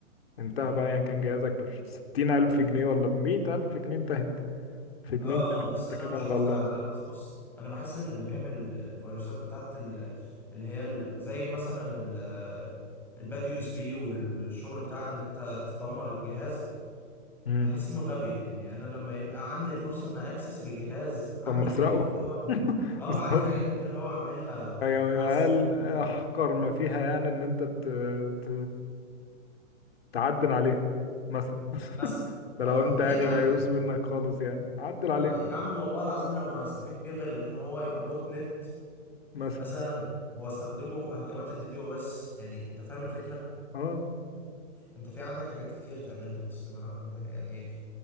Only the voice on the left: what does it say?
انتهى
بقى يعني كان جهازك بستين ألف جنيه ولا بمية ألف جنيه انتهت في اتنين
تلاتة
انت
كده
على
الله
مم.
طب ما
اسرقه
<laughs>
بالظبط
يعني
أقل
أحقر
ما فيها يعني إن أنت ت... ت... تعدل عليه مثلا
ده
لو
أنت
يعني
ميؤوس
منك خالص يعني عدل
عليه
مثلا
اه